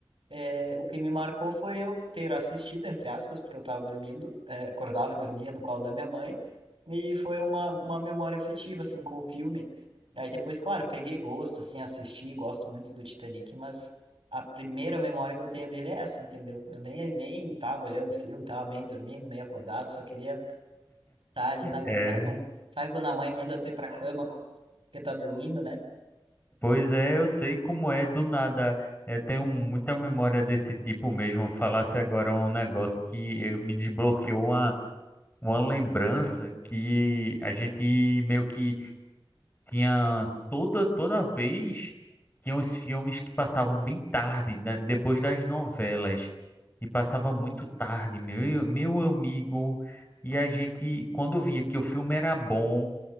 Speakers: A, on the right; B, on the left.
A: é, o que me marcou foi eu ter assistido, entre aspas, porque eu estava dormindo, é, acordava e dormia no colo da minha mãe, e foi uma, uma memória afetiva, assim, com o filme. Aí depois, claro, peguei gosto, assim, assisti, gosto muito do Titanic, mas a primeira memória que eu tenho dele é essa, entendeu? Eu nem, nem tava olhando o filme, tava meio dormindo, meio acordado, só queria estar tá ali na,
B: É.
A: né, não, sabe quando a mãe manda tu ir pra cama porque tá dormindo, né?
B: Pois é, eu sei como é do nada. Eu tenho muita memória desse tipo mesmo. Falasse agora um negócio que eu- me desbloqueou uma, uma lembrança que a gente meio que tinha toda toda vez tinha os filmes que passavam bem tarde, né, depois das novelas. E passava muito tarde, meu, meu amigo. E a gente, quando via que o filme era bom,